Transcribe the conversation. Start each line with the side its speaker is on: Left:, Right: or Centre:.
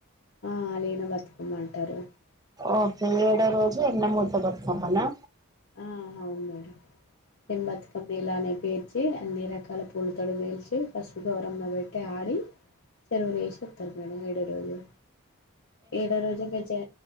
Left: ఆ అలిగిన బత ఏమంటారు
Right: ఓకే ఏడో రోజు ఎన్న ముద్ద బతుకమ్మ నా
Left: ఆ అవ్ను మేడం ఏం బతుకమ్మ ఇలానే పేర్చి అన్ని రకాల పూలతోడు పేలిచ్చి పసుపు గౌరమ్మ పెట్టి తాడు చెరువులో ఏసి పుతరు మేడం ఏడో రోజు ఏడో రోజు కొచ్చి